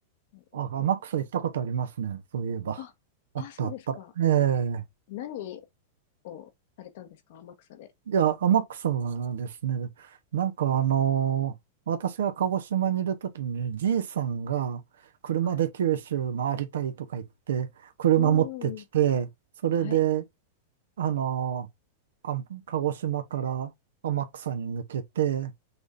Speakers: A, on the left; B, on the right.
A: あのこう、
B: あ、天草行ったことありますね。そういえば。
A: あ、
B: あったあった。
A: あ、そうですか。
B: ええ
A: 何をされたんですか天草で。
B: いや、天草はですね、なんかあのー私が鹿児島にいるときに、じいさんが車で九州回りたいとか言って、
A: はい。
B: 車持ってきて、
A: うん。
B: それで、
A: はい。
B: あの、あ、鹿児島から天草に抜けて、